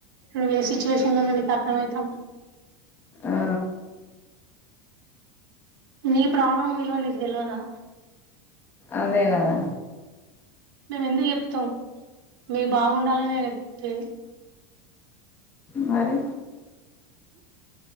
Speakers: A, on the right (about 85°); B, on the left (about 20°).
A: అనేసి చూసిననని అర్థమైతంది
B: ఆ
A: నీ ప్రాణం విలువ నీకు తెలవదా
B: అదే కదా
A: మేము ఎందుకు చెప్తాం మీ బాగుండాలనే చెప్తే
B: మరి